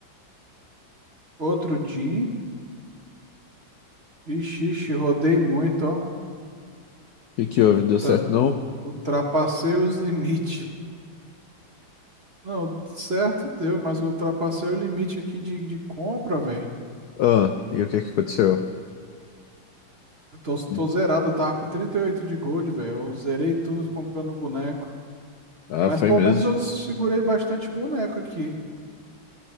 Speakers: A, on the right; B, on the left.
A: Outro Jin. Ixi, ixi, rodei muito, ó.
B: E que houve? Não deu certo,
A: Tá-
B: não?
A: u- Ultrapassei os <laughs> limites. Não, certo deu, mas eu ultrapassei o limite aqui de, de compra, velho.
B: Ah, e o que que aconteceu?
A: Eu Tô,
B: Hum.
A: tô zerado, eu tava com 38 de gold, velho. Eu zerei tudo comprando boneco.
B: Ah,
A: Mas
B: foi
A: pelo
B: mesmo.
A: menos eu segurei bastante boneco aqui.